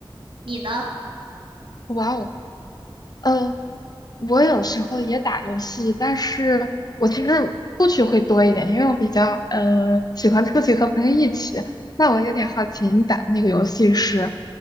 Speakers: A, on the right; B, on the left.
A: 你呢？
B: 哇哦，呃，我有时候也打游戏，但是我其实出去会多一点，因为我比较呃喜欢出去和朋友一起。那我有点好奇，
A: 嗯，
B: 你打的那个游戏是